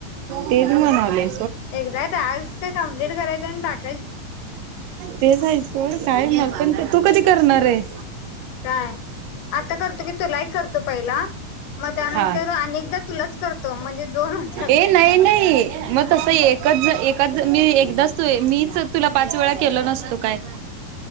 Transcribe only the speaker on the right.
तेच म्हाणालोय
तेच आहे सोड काय मला पण तू कधी करणार आहे.
हा
ए नाही नाही मग तसं एकच-एकच मी एकदाच तो मी तुला पाच वेळा केला नसतो काय